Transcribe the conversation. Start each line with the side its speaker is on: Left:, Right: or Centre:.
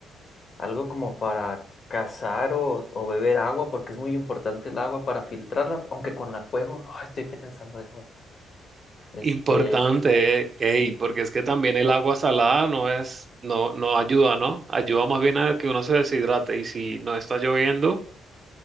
Left: algo como para cazar o, o beber agua, porque es muy importante el agua para filtrarla, aunque con la fuego, no, estoy pensando, déjame. Este,
Right: Importante, eh, ey, porque es que también el agua salada no es, no, no ayuda, ¿no? Ayuda más bien a que uno se deshidrate. Y si no está lloviendo,